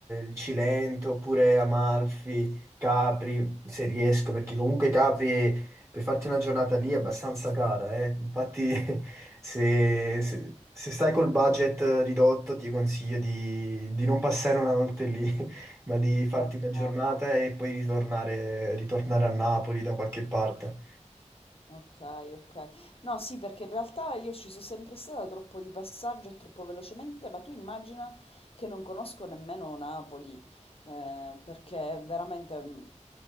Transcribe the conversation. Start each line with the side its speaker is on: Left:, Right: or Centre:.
Right: il Cilento oppure Amalfi, Capri, se riesco, perché comunque Capri per farti una giornata lì è abbastanza cara, eh. Infatti, <laughs> se, se- se stai col budget ridotto, ti consiglio di, di non passare una notte lì, <laughs> ma di farti
Left: Ok.
Right: una giornata e poi ritornare, ritornare a Napoli da qualche parte.
Left: Ok, ok. No, sì, perché in realtà io ci sono sempre stata troppo di passaggio e troppo velocemente, ma tu immagina che non conosco nemmeno Napoli, eh, perché veramente mh,